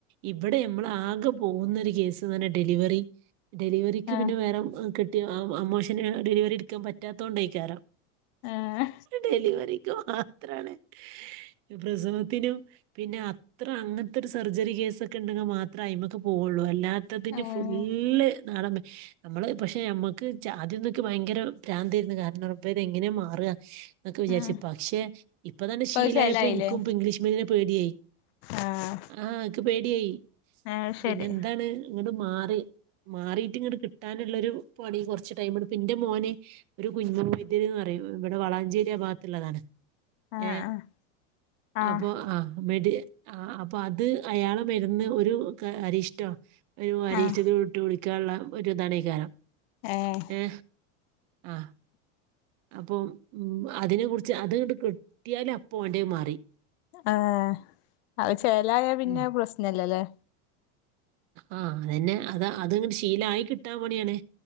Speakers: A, on the right; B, on the left.
A: ഇവിടെ നമ്മള് ആകെ പോകുന്നൊരു കേസ് തന്നെ ഡെലിവറി ഡെലിവറിക്ക്
B: ആഹ്
A: പിന്നെ വേറെ അമോഷന് ഡെലിവറി എടുക്കാൻ പറ്റാത്തത് കൊണ്ടായിക്കാരോ
B: ഏഹ്
A: ഡെലിവറിക്കോ എത്രയാണ് ഈ പ്രെസവ ത്തിനും പിന്നെ അ ത്ര അങ്ങനത്തെ ഒരു സർജറി കേസൊക്കെ ഉണ്ടെങ്കിൽ മാത്രമേ അയിൻ മേക്ക് പോവുള്ളൂ അല്ലാ ത്തതിന്‌
B: ഏഹ്
A: ഫുള്ള് നാടൻ മ നമ്മള് പക്ഷെ നമ്മുക്ക് ആദ്യംന്നൊക്കെ ഭയങ്കര പ്രാന്തായിരുന്നു കാരണം ഇപ്പൊ ഇത് എങ്ങനെയാ മാറുക എന്നക്കെ വിചാരിച്ച്
B: ആഹ്
A: പക്ഷേ ഇപ്പ തന്നെ
B: ഇപ്പത്
A: ശീലായപ്പോ
B: ശെലായില്ലേ
A: എനിക്കും ഇംഗ്ലീഷ് മീഡിയനെ പേടിയായി
B: ആഹ്
A: ആഹ് ക്ക് പേടിയായി
B: ഏഹ് ശരി
A: പിന്നെ എന്താണ് ഇങ്ങട് മാറി മാറീട്ട് ഇങ്ങട്ട് കിട്ടാനുള്ളൊരു പണി കൊർച് ടൈമ്ട് പിന്റെ മോനെ ഒരു കുഞ്ഞും വൈദ്യര്ന്ന് പറയും ഇവിടെ വളാഞ്ചേരി ഭാഗത്തുള്ളതാണ്
B: ആഹ്
A: ഏ
B: ആഹ് ആഹ്
A: അപ്പോ ആ മീഡിയ ആ അപ്പൊ അത് അയാള മരുന്ന് ഒരു അരിഷ്ട ഒരു അരീക്ഷത
B: ആഹ്
A: വിട്ട് വിളി ക്കെള്ള ഒരു താണയ്കാരം
B: ഏഹ്
A: ഏ ആ അപ്പം ഉം അതിനെ കുറിച്ച് അത്ങ്ങട്ട് കിട്ടിയാല അപ്പ ഓന്റത് മാറി
B: ആ അത്‌ ചേലായ പിന്നെ
A: ഉം.
B: പ്രശ്നല്ലലേ
A: ആ അതന്നെ അതാ അത്ങ്ങട്ട് ശീലായി കിട്ടാൻ പണിയാണ്